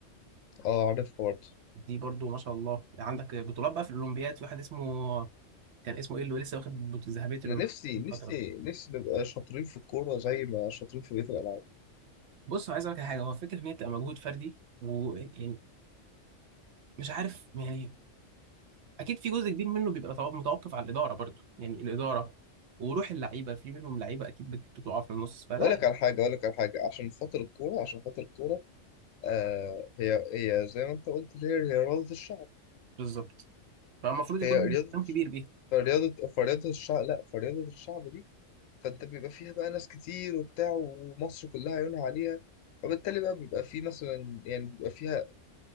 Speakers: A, on the left; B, on the right.
A: اه عارفها برضه
B: دي برضو ما شاء الله عندك بطولات بقى في الاولمبياد في واحد اسمه كان اسمه ايه اللي لسه واخد بطو- ذهبيه الاولمبياد
A: أنا نفسي
B: من
A: نفسي
B: فتره
A: نفسي نبقى شاطرين في الكورة زي ما شاطرين في بقية الألعاب
B: بص عايز اقول لك على حاجه هو فكره ان هي بتبقى مجهود فردي ويعني مش عارف يعني اكيد في جزء كبير منه بيبقى تو- متوقف على الاداره برضو يعني الاداره وروح اللعيبه في منهم لعيبه اكيد بت- بتقع في النص فلا
A: أقول لك على حاجة أقول لك على حاجة عشان خاطر الكورة عشان خاطر الكورة آه هي هي زي ما أنت قلت اللي هي هي رياضة الشعب
B: بالظبط فالمفروض يكون
A: هي رياضة
B: اهتمام كبير بيها
A: فرياضة فرياضة الشعب لا فرياضة الشعب دي فانت بيبقى فيها بقى ناس كتير وبتاع ومصر كلها عيونها عليها فبالتالي بقى بيبقى في مثلا يعني بيبقى فيها